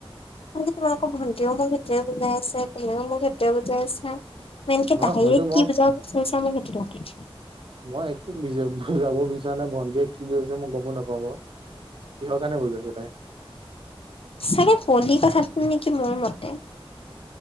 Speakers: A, on the left; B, on the right.
A: তোমালোকৰ ভণ্টিও মোক সেইটোয়ে বুজাই আছে, তুমিও মোক সেইটোয়ে বুজাই আছা। মেইনকে
B: নহয়
A: দাইৰেক্ত
B: হয়তো মই
A: কি বুজাব বিছাৰিছা মোক সেইটো লাগে।
B: মই একো বি বৌজাব বিচৰা নাই ভণ্টিয়ে কি কইছে মই গম নাপাও বাউ, কিহৰ কাৰণ বুজছো তাই?
A: চাগে পলি কথাটো নেকি মোৰ মতে?